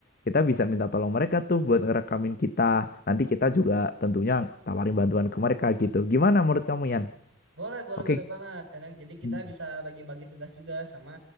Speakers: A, on the left (about 45°); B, on the right (about 80°).
A: kita bisa minta tolong mereka tuh buat ngerekamin kita nanti kita juga tentunya tawarin bantuan ke mereka gitu gimana menurut kamu Yan?
B: Boleh, boleh,
A: Oke
B: boleh banget. Enak, Jadi kita
A: Hmm.
B: bisa bagi-bagi tugas juga sama